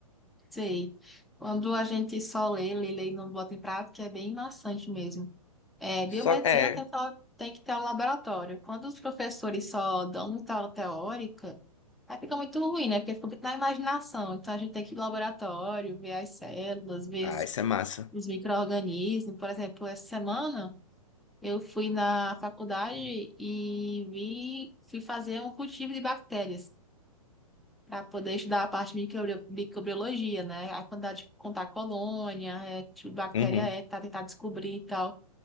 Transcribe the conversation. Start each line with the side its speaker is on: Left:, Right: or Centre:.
Centre: Sei. Quando a gente só lê, lê, lê e não bota em prática, é bem maçante mesmo. É, biomedicina
Left: Só é.
Centre: tem, só- tem que ter o laboratório. Quando os professores só dão muita aula teórica, aí fica muito ruim, né? Porque fica muito na imaginação. Então a gente tem que ir ao laboratório, ver as células, ver
Left: Ah, isso é massa.
Centre: os micro-organismos. Por exemplo, essa semana eu fui na faculdade e vi, fui fazer um cultivo de bactérias para poder estudar a parte de microbio- microbiologia, né? A quantidade de contar colônia, é, que tipo de bactéria
Left: Uhum,
Centre: é, tá, tentar descobrir e tal.